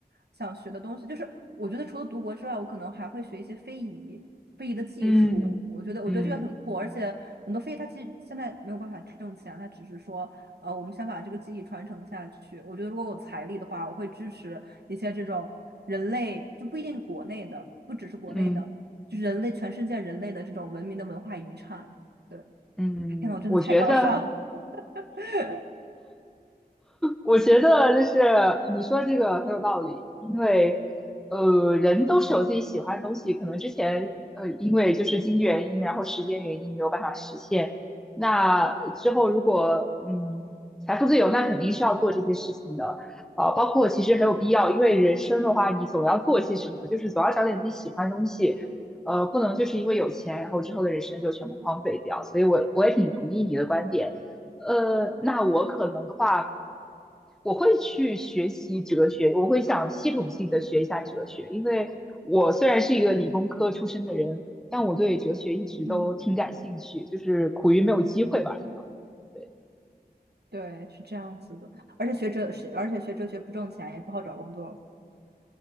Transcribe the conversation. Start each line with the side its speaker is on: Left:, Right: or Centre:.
Right: 想学的东西？就是我觉得除了读博之外，我可能还会学一些非遗，非遗的技术。
Centre: 嗯嗯
Right: 我觉得我觉得这个很酷，而且很多非遗它其实现在没有办法挣钱，它只是说呃，我们想把这个技艺传承下去。我觉得如果我财力的话，我会支持一些这种。人类就不一定是国内的，不只是国内的，
Centre: 嗯，
Right: 就是人类全世界人类的这种文明的文化遗产。对，
Centre: 嗯，
Right: 天呐，我真的太高尚了。
Centre: 我觉得。
Right: <laughs>
Centre: 我觉得就是你说这个很有道理，因为呃，人都是有自己喜欢的东西，可能之前呃，因为就是经济原因，然后时间原因没有办法实现。那之后如果嗯财富自由，那肯定是要做这些事情的，呃，包括其实很有必要，因为人生的话，你总要做些什么，就是总要找点自己喜欢的东西，呃，不能就是因为有钱，然后之后的人生就全部荒废掉。所以我我也挺同意你的观点。呃，那我可能的话，我会去学习哲学，我会想系统性的学一下哲学，因为我虽然是一个理工科出身的人，但我对哲学一直都挺感兴趣，
Right: 嗯，
Centre: 就是苦于没有机会吧。对，
Right: 对，是这样子的。而且学哲，而且学哲学不挣钱，也不好找工作。